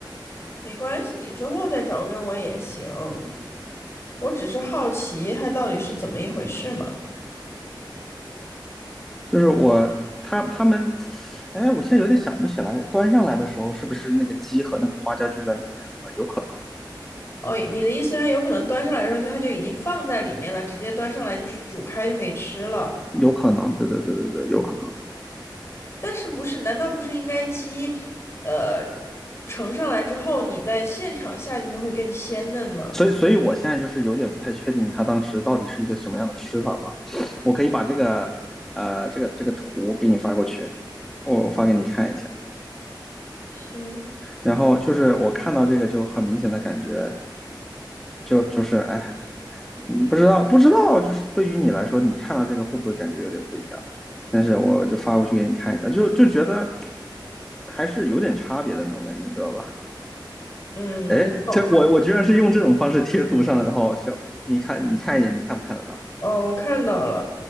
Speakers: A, on the left; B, in the centre.
A: 没关系，你之后再找给我也行。我只是好奇它到底是怎么一回事嘛。
B: 就是我他他们，哎，我现在有点想不起来，端上来的时候是不是那个鸡和那个花椒就在里面了吧有可能，
A: 哦，你的意思，它有可能端上来的时候，它就已经放在里面了，直接端上来就是煮开就可以吃了。
B: 有可能，对对对对对，有可能。
A: 但是不是？难道不是应该鸡，呃，盛上来之后，你在现场下进去会更鲜嫩吗？
B: 所以所以我现在就是有点不太确定他当时到底是一个什么样的吃法嘛。我可以把这个呃这个这个图给你发过去，我发给你看一下。
A: 行，
B: 然后就是我看到这个就很明显的感觉，就就是哎，嗯，不知道，不知道，就是对于你来说，你看到这个会不会感觉有点不一样？但是我就发过去给你看一下，就就觉得还是有点差别的那种感觉，你知道吧？
A: 嗯，
B: 哎，
A: 我懂了。
B: 这我我居然是用这种方式贴图上来的，好好笑。你看，你看一眼，你看不看得到？
A: 嗯，我看到了。